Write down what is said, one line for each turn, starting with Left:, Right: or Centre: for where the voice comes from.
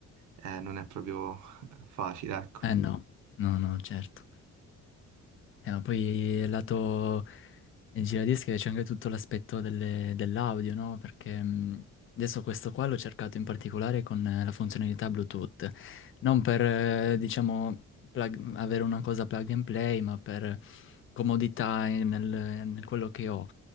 Right: eh, non è proprio <laughs> facile, ecco.
Left: Eh Mm. no, no, no, certo. Eh, ma poi lato giradischi c'è anche tutto l'aspetto delle- dell'audio, no? Perché mh, adesso questo qua l'ho cercato in particolare con eh, la funzionalità Bluetooth, non per, eh, diciamo, plug- avere una cosa plug and play, ma per comodità in- nel, nel quello che ho,